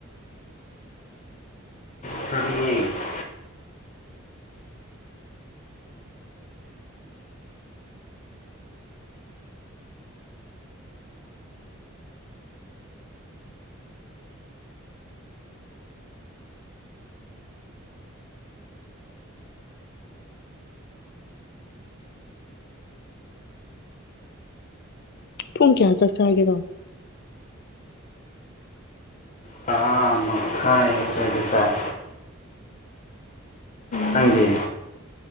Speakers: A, on the left (about 35°); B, on the left (about 50°).
A: <unintelligible>
B: ꯄꯨꯡ ꯀꯌꯥ ꯆꯥꯛ ꯆꯥꯒꯦꯔꯣ
A: ꯇꯔꯥ ꯃꯈꯥꯏ ꯑꯗꯨꯒꯤꯁꯥꯏ
B: ꯎꯝ
A: ꯅꯪꯗ